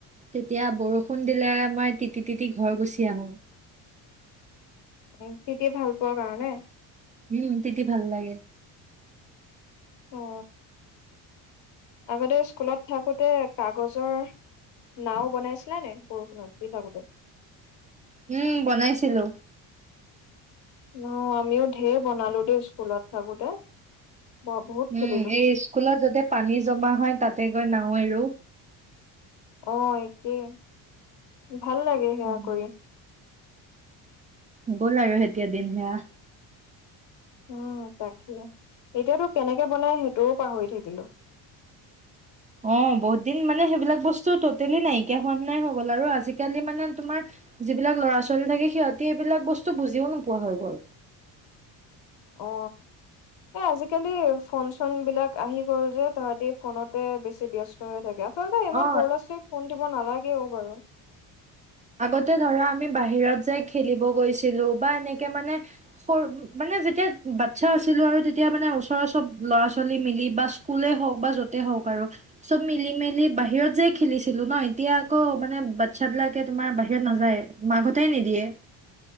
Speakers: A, on the right (about 15°); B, on the left (about 60°).
A: তেতিয়া বৰষুণ দিলে আমাৰ তিতি তিতি ঘৰ গুচি আহো
B: উ তিতি ভাল পোৱাৰ কাৰণে
A: উম তিতি ভাল লাগে
B: অ আগতে স্কুলত থাকোতে কাগজৰ নাও বনাইছিলা নাই বৰষুণত <unintelligible> থাকোঁতে
A: উম বনাইছিলো
B: অ আমিও ঢেৰ বনালো দেই স্কুলত থাকোতে বৰ বহুত খেলিলো।
A: উম এই স্কুলত যতে পানী জমা হয় তাতে গৈ নাও এৰো
B: অ একেই ভাল লাগে সেয়া
A: উম,
B: কৰি
A: গল আৰু এতিয়া দিন সেইয়া
B: উম তাকে এতিয়াতো কেনেকে বনাই সেইটোও পাহৰি থাকিলো
A: অ বহুত দিন মানে সেইবিলাক বস্তু টোটেলি নাইকিয়া হোৱা নিচিনাই হৈ গল আৰু আজিকালি মানে তোমাৰ যিবিলাক ল'ৰা ছোৱালী থাকে সিহঁতে এইবিলাক বস্তু বুজিও নোপোৱা হয় গল
B: অ এ আজিকালি ফোন চোন বিলাক আহি গ'ল যে তহতি ফোনতে বেছি ব্যস্ত <unintelligible> থাকে আচলতে ইমান
A: অ
B: সৰু ল'ৰা ছোৱালীক ফোন দিব নালাগেও বাৰু
A: আগতে ধৰা আমি বাহিৰত যায় খেলিব গৈছিলো বা এনেকে মানে সৰু মানে যেতিয়া বাচ্ছা আছিলো আৰু তেতিয়া মানে ওচৰৰ চব ল'ৰা ছোৱালী মিলি বা স্কুলে হওক বা য'তেই হওক আৰু চব মিলি মেলি বাহিৰত যাই খেলিছিলো ন এতিয়া আকৌ মানে বাচ্ছ বিলাক এতিয়া তোমাৰ বাহিৰত নাযায়েই মাকহঁতে নিদিয়ে